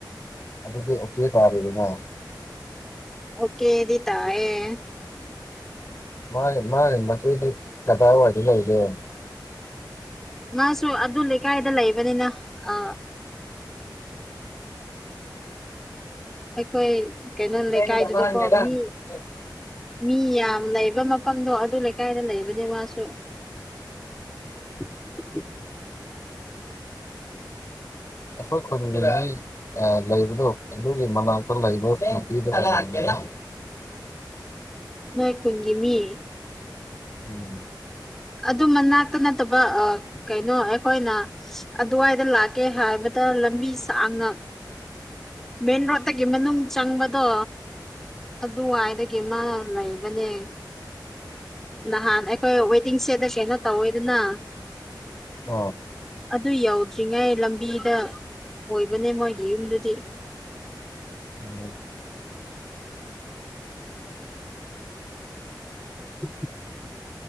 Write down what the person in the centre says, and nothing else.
ꯑꯣꯀꯦꯗꯤ ꯇꯌꯦꯦ
ꯃꯥꯁꯨ ꯑꯗꯨ ꯂꯩꯀꯥꯏꯗ ꯂꯩꯕꯅꯤꯅ ꯑ ꯑꯩꯈꯣꯏ ꯀꯩꯅꯣ ꯂꯩꯀꯥꯏꯗꯨꯗꯀꯣ
ꯃꯤ ꯃꯤ ꯌꯥꯝ ꯂꯩꯕ ꯃꯐꯝꯗꯣ ꯑꯗꯨ ꯂꯩꯀꯥꯏꯗ ꯂꯩꯕꯅꯦ ꯃꯥꯁꯨ <unintelligible>
ꯃꯥꯏ ꯀꯨꯟꯒ ꯃꯤ
ꯑꯗꯨ ꯃꯅꯥꯛꯇ ꯅꯠꯇꯕ ꯀꯩꯅꯣ ꯑꯩꯈꯣꯏꯅ ꯑꯗꯨꯋꯥꯏꯗ ꯂꯥꯛꯀꯦ ꯍꯥꯏꯕꯗ ꯂꯝꯕꯤ ꯁꯥꯡꯅ ꯃꯦꯟ ꯔꯣꯇꯒꯤ ꯃꯅꯨꯡ ꯆꯪꯕꯗꯣ ꯑꯗꯨꯋꯥꯏꯗꯒꯤ ꯃꯥ ꯂꯩꯕꯅꯦ ꯅꯍꯥꯟ ꯑꯩꯈꯣꯏ ꯇꯤꯡꯁꯦꯗ ꯀꯩꯅꯣ ꯇꯧꯋꯦꯗꯅ
ꯑꯗꯨ ꯌꯧ ꯍꯧꯔꯤꯉꯩ ꯂꯝꯕꯤꯗ ꯑꯣꯏꯕꯅꯦ ꯃꯣꯏꯒꯤ ꯌꯨꯝꯗꯨꯗꯤ
ꯑ